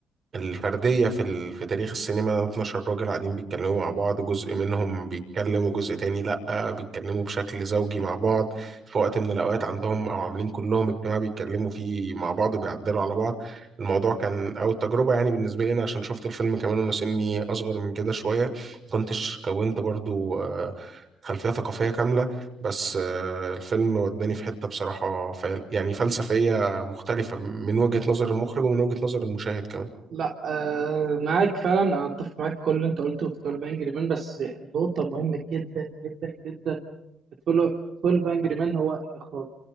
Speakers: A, on the right; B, on the right.
A: الفردية في ال... في تاريخ السينما 12 راجل قاعدين بيتكلموا مع بعض جزء منهم بيتكلموا جزء تاني لأ بيتكلموا بشكل زوجي مع بعض في وقت من الأوقات عندهم أو عاملين كلهم اجتماع بيتكلموا فيه مع بعض وبيعدلوا على بعض الموضوع كان أو التجربة يعني بالنسبة لي أنا عشان شفت الفيلم كمان وأنا سني أصغر من كده شوية كنتش كونت برضو آه، خلفية ثقافية كاملة بس آه، الفيلم وداني في حتة بصراحة فيل- يعني فلسفية مختلفة من وجهة نظر المخرج ومن وجهة نظر المشاهد كمان
B: لا آه معاك فعلا أنا اتفق معاك في كل اللي انت قلته في 12 انجري مان بس النقطه مهمه جدا جدا جدا 12 12 انجري مان هو الاخراج